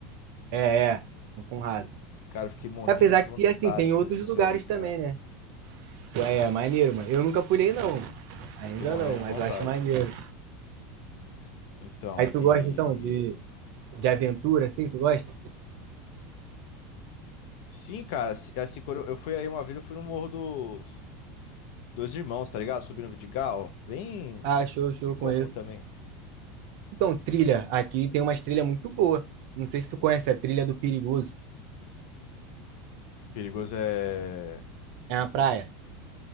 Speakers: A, on the right; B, on the left.
A: É, é, São Conrado.
B: Cara, eu fiquei morrendo
A: Apesar
B: de vontade
A: que, assim, tem
B: de
A: outros
B: fazer isso
A: lugares
B: aí, cara.
A: também, né? Ué, é maneiro, mano. Eu nunca pulei, não. Ainda
B: Fiquei morrendo
A: não,
B: de
A: mas
B: vontade.
A: eu acho maneiro.
B: Então,
A: Aí tu
B: e.
A: gosta, então, de, de aventura, assim? Tu gosta?
B: Sim, cara, se- assim, quando eu eu fui aí uma vez, eu fui no Morro dos Dois Irmãos, tá ligado? Subi no Vidigal. Bem,
A: Ah, show, show,
B: bem comum
A: conheço.
B: também.
A: Então, trilha. Aqui tem umas trilhas muito boas. Não sei se tu conhece a trilha do Perigoso.
B: Perigoso é.
A: É uma praia.